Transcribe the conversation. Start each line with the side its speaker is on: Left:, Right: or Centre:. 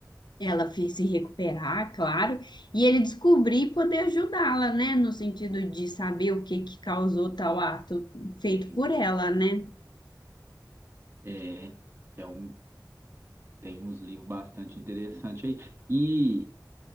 Left: ela fi- se recuperar, claro, e ele descobrir e poder ajudá-la, né? No sentido de saber o que que causou tal ato feito
Right: Entendi.
Left: por ela, né?
Right: É, é um Tem uns livros bastante interessantes aí. E